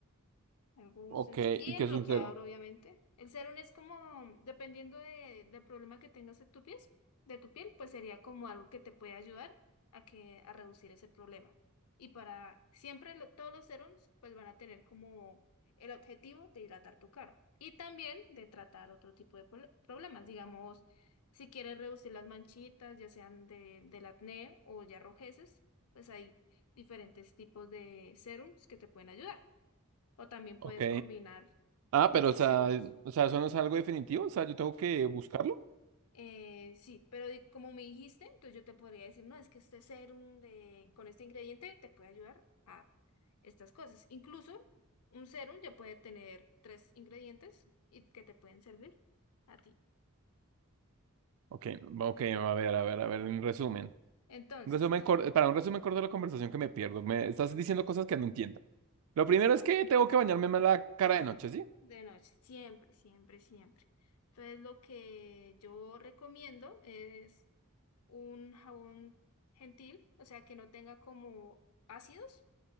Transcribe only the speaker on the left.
Algo
sencillo. Y
el
bloqueador,
obviamente. El serum es como, dependiendo de, del problema que tengas en tu piel, de tu piel, pues sería como algo que te puede ayudar a que, a reducir ese problema. Y para siempre lo- todos los serums, pues van a tener como el objetivo de hidratar tu cara. Y también de tratar otro tipo de prole- problemas. Digamos, si quieres reducir las manchitas, ya sean de, del acné o ya rojeces, pues hay diferentes tipos de serums que te pueden ayudar. O también puedes
combinar
muchos
serums.
Eh, sí, pero di- como me dijiste, entonces yo te podría decir, no, es que este serum de, con este ingrediente te puede ayudar a estas cosas. Incluso un serum ya puede tener tres ingredientes y que te pueden servir a ti.
Entonces,
tú,
con-
de noche, siempre, siempre, siempre. Entonces, lo que yo recomiendo es un jabón gentil, o sea, que no tenga como ácidos